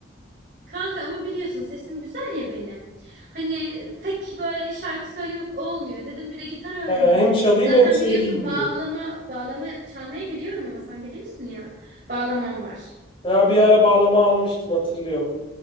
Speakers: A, on the right; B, on the left.
A: kanka ama biliyorsun sesim güzel ya benim. Hani tek böyle şarkı söylemek olmuyor. Dedim bir de gitar
B: Ee,
A: öğreneyim.
B: hem çalayım
A: Zaten
B: hem söyleyeyim
A: biliyorsun bağlama
B: diyor.
A: bağlama çalmayı biliyorum ama sen biliyorsun ya. Bağlamam var.
B: Ya bir ara bağlama almıştın hatırlıyorum.